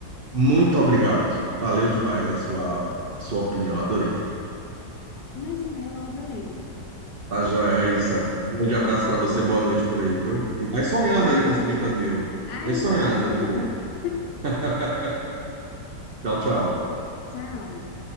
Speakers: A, on the right; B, on the left.
A: Muito obrigado. Valeu demais a sua, a sua opinião, adorei.
B: Imagina, eu adorei.
A: Tá joia, Raíssa. Um grande abraço pra você, boa noite por aí, viu? E vai sonhando
B: Boa
A: aí
B: noite.
A: com os 30 mil.
B: Ai,
A: Vai sonhando
B: já tô sonhando.
A: por aí. <laughs> Tchau, tchau.
B: Tchau.